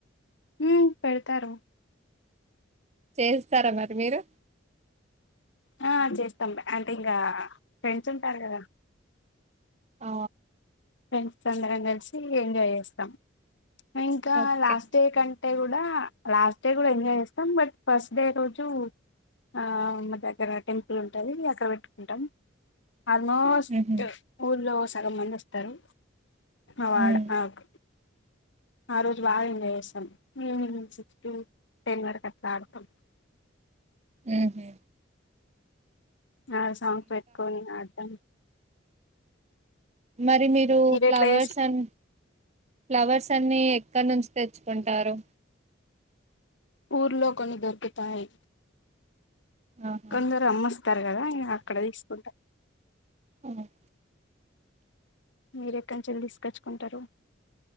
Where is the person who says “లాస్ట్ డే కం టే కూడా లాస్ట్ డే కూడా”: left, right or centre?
Left